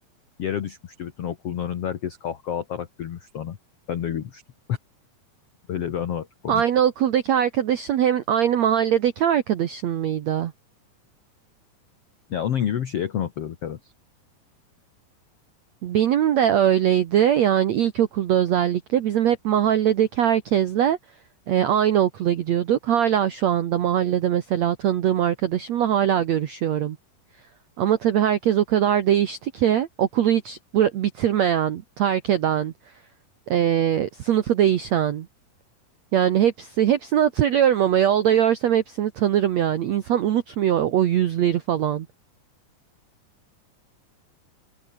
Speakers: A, on the left; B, on the right.
A: Yere düşmüştü bütün okulun önünde. Herkes kahkaha atarak gülmüştü ona. Ben de gülmüştüm. Böyle bir anı var. Komikti.
B: Aynı okuldaki arkadaşın hem aynı mahalledeki arkadaşın mıydı?
A: Ya onun gibi bir şey yakın oturuyorduk evet.
B: Benim de öyleydi. Yani ilkokulda özellikle bizim hep mahalledeki herkesle e, aynı okula gidiyorduk. Hala şu anda mahallede mesela tanıdığım arkadaşımla hala görüşüyorum. Ama tabii herkes o kadar değişti ki okulu hiç bıra- bitirmeyen, terk eden, e, sınıfı değişen. Yani hepsi hepsini hatırlıyorum ama yolda görsem hepsini tanırım yani. İnsan unutmuyor o yüzleri falan.